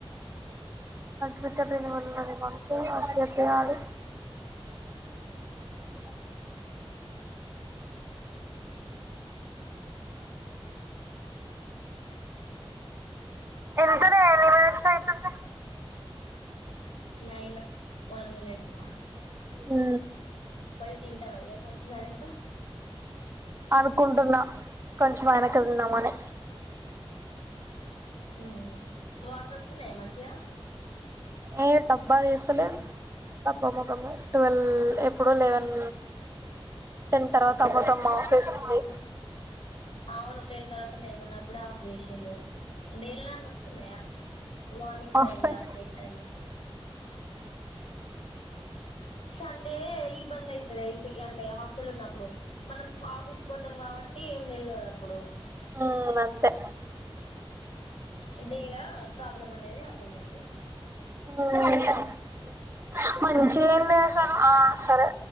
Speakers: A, on the right; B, on the left.
A: అద్భతిని వె మంత అ చేయాలి ఇడి ఎంతనే ఎన్ని మినిట్స్ అయితుంది
B: నైను వన్ మనిట్
A: హు
B: పై తింటావా అయ్యా కొంచెం అయినాక
A: అనుకుంటున్నా కొంచెం అయినాక తిందాం అని
B: హ్మ్ వాటర్ వస్తున్నాయా మంచిగా
A: ఏ డబ్బా తీస్తలే డబ్బా ముఖమ ట్వెల్వ్ ఎప్పుడు లెవెన్ టెన్ తర్వాత మొత్తం మా ఆఫీస్ వి
B: అవును టెన్ తర్వాత మేము ఉన్నప్పుడు ఆఫ్ చేసింది డేల నన్న వస్తున్నాయా మార్నింగ్
A: వస్తాయి
B: టైమ్లా నైట్ టైమ్లా సండే ఇబ్బంది అయితదే ఇంటి అంటే హాస్టల్ ఉన్నప్పుడు మనం ఆఫీస్ పోతాం కాబట్టి ఏం తెల్వదు అప్పుడు
A: ఉ అంతే
B: డేలా ప్రాబ్లమ్ అనేది అర్ధ మ అయితది
A: <unintelligible> మంచిగేం లేద్ ఆ సరే